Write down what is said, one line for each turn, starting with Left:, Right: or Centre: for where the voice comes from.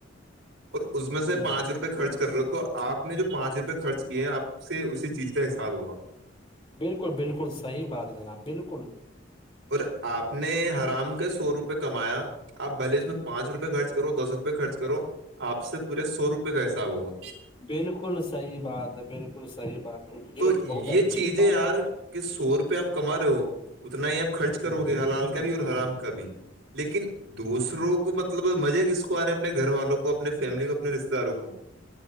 Right: اور اس میں سے
Left: جی
Right: پانچ
Left: جی
Right: روپئے خرچ کر رہے ہو تو آپ نے جو پانچ روپئے خرچ کیے ہیں آپ سے اسی چیز کا حساب ہوگا
Left: بالکل بالکل صحی بات جناب بالکل
Right: اور آپ نے حرام کے سو روپئے کمایا آپ بھلے اس میں پانچ روپے خرچ کرو دس روپئے خرچ کرو آپ سے پورے سو روپئے کا حساب ہوگا
Left: بالکل صحیح بات ہے بالکل صحیح بات ہے
Right: تو
Left: یہ بہت اچھی
Right: چیزیں
Left: بات
Right: یار
Left: ہے
Right: کہ سو روپئے آپ کما رہے ہو اتنا ہی آپ خرچ کرو گے حلال کا بھی اور حرام کا بھی لیکن دوسروں کو مطلب مزہ کس کو ار ہے اپنے گھر والوں کو اپنے فیملی کو اپنے رشتے داروں کو